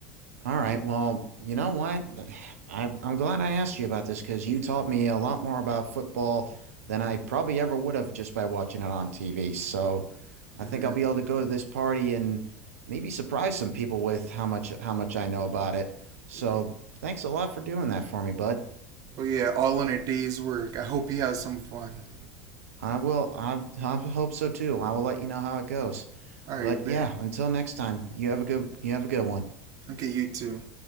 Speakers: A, on the right; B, on the right.
A: All right.
B: Yeah.
A: Well, you know what? <sighs> I, I'm glad I asked you about this because you taught me a lot more about football than I probably ever would have just by watching it on TV. So I
B: Mm-hmm.
A: think I'll be able to go to this party and maybe surprise some people with how much how much I know about it. So
B: Yeah.
A: thanks a lot for doing that for me, bud.
B: Oh yeah, all in a day's work. I hope you have some fun.
A: I will, I, I hope so too. I will let you know how it goes.
B: All
A: But
B: right,
A: yeah,
B: bet.
A: until next time, you have a good you have a good one.
B: Okay, you too.